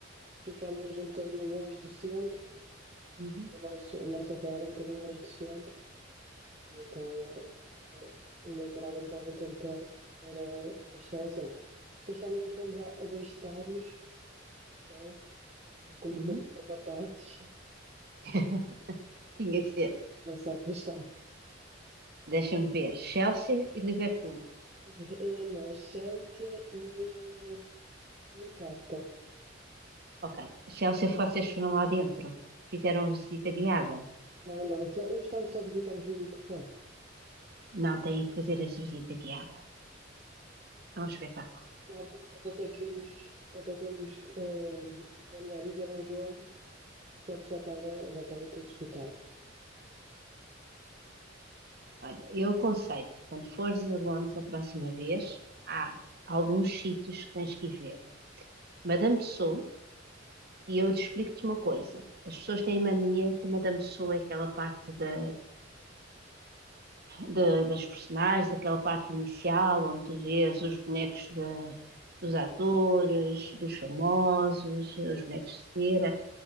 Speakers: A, on the right; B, on the right.
A: ficámos um bocadinho longe do centro,
B: Uhum,
A: o nosso, o nosso hotel era um bocadinho longe do centro. E então eh, eh, ainda demorávamos algum tempo para, para, para chegar ao centro. Mas depois também fomos a, a dois estádios de futebol, porque como
B: uhum.
A: fomos com rapazes,
B: <laughs> Tinha que ser.
A: <laughs> passar pelo estádio.
B: Deixa-me ver. Chelsea e Liverpool.
A: Mas, eh, não, Chelsea e eh, Newcastle.
B: Ok. Chelsea, vocês foram lá dentro. Fizeram a visita guiada.
A: Não, não, só, o estádio só visitamos mesmo por fora.
B: Não, têm que fazer a visita guiada. É um espetáculo.
A: Na altura nós até queríamos, até tínhamos eh, planeado ir ver um jogo, Só que já estava já estava tudo esgotado.
B: Olha, eu aconselho quando fores a Londres a próxima vez, há alguns sítios que tens que ir ver. Madame Tussauds, e eu te explico-te uma coisa. As pessoas têm mania que a Madame Tussauds é aquela parte da, da- das personagens, aquela parte inicial, onde tu vês os bonecos da- dos atores, dos famosos, os bonecos de cera.